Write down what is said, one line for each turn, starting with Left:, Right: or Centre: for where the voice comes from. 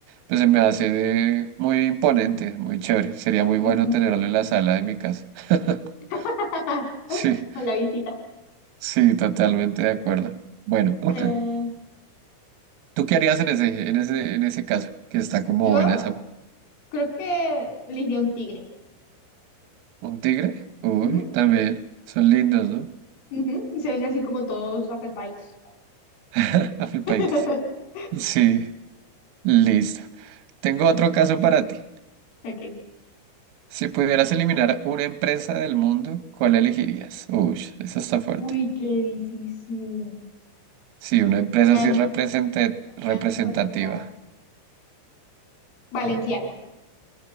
Right: Pues se me hace de- muy imponente, muy chévere. Sería muy
Left: Ujú.
Right: bueno tenerlo en la sala de mi casa. <laughs>
Left: <laughs>
Right: Sí,
Left: Con la visita.
Right: sí, totalmente de acuerdo. Bueno, Ok.
Left: Eh,
Right: ¿Tú qué harías en ese, en ese, en ese caso? Que está como
Left: yo
Right: buena esa.
Left: creo que elegiría un tigre.
Right: ¿Un tigre? Uy,
Left: Ujú,
Right: también. Son lindos, ¿no?
Left: ujú. Y se ven así como todos afelpaditos.
Right: <laughs> Afilpaditos.
Left: <laughs>
Right: Sí, listo. Tengo otro caso para ti.
Left: Ok.
Right: Si pudieras eliminar una empresa del mundo, ¿cuál elegirías? Uy, eso está fuerte.
Left: Uy, qué difícil.
Right: Sí, una empresa
Left: Una,
Right: así
Left: em-
Right: represente-
Left: una
Right: representativa.
Left: empresa. Valenciaga.